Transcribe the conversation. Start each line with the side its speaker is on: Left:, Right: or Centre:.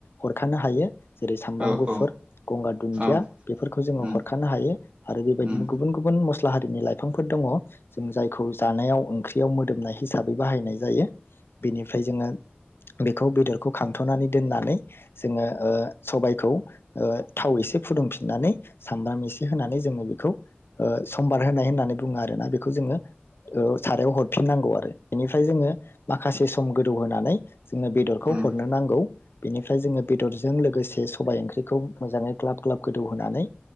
Left: हरखानो हायो जेरै सामब्राम
Right: औ
Left: गुफुर
Right: औ
Left: गंगार दुन्दिया
Right: औ
Left: बेफोरखौ जोङो
Right: उम
Left: हरखनो हायो आरो बेबायदिनो
Right: उम
Left: गुबुन गुबुन मस्ला हारिनि लाइफांफोर दङ जों जाय खौ जानायाव ओंख्रियाव मोदोमनाय हिसाबै बाहायनाय जायो बेनिफ्राय जोङो बे खौ बेदरखौ खांथ'नानै दोननानै जोङो ओ सबबायखौ ओ थाव एसे फुदुंफिननानै सामब्राम एसे होनानै जोङो बेखौ ओ सम्बार होनाय होननानै बुङो आरोना बेखौ जोङो ओ सारायाव हरफिननांगौ आरो बेनिफ्राय जोङो माखासे सम गोदौ होनोनानै जोङो बेदरखौ
Right: उम
Left: हरनो नांगौ बेनिफ्राय जोङो बेदरजों लोगोसे सबाइ ओंख्रिखौ मोजाङै ग्लाब ग्लाब गोदौहोनानै